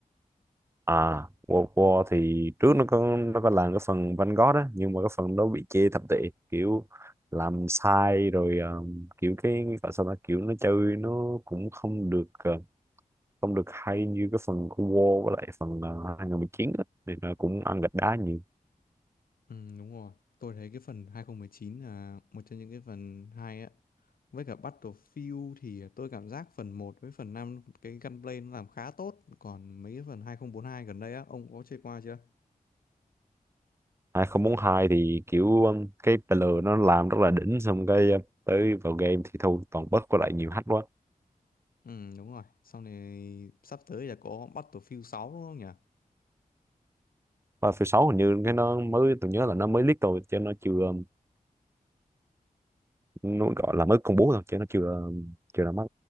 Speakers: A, on the right (about 15°); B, on the left (about 80°).
A: à World War thì trước nó có nó có làm cái phần Vanguard á nhưng mà cái phần đó bị chê thập tệ kiểu làm sai rồi um, kiểu cái gọi sao ta kiểu nó chơi nó cũng không được uh, không được hay như cái phần của War với lại phần uh, 2019 á thì nó cũng ăn gạch đá nhiều
B: Ừ, đúng rồi. Tôi thấy cái phần 2019 là một trong những cái phần hay á. Với cả Battlefield thì tôi cảm giác phần một với phần 5 cái gunplay nó làm khá tốt. Còn mấy cái phần 2042 gần đây á, ông có chơi qua chưa?
A: hai không bốn hai thì kiểu um, cái PL nó làm rất là đỉnh xong cái uh, tới vào game thì thôi toàn bug với lại nhiều hack quá
B: Ừ, đúng rồi. Sau này sắp tới là có Battlefield 6 đúng không nhỉ?
A: và phiêu 6 hình như cái nó mới tôi nhớ là nó mới leak thôi chứ nó chưa um, nó gọi là mới công bố thôi chứ nó chưa um, chưa ra mắt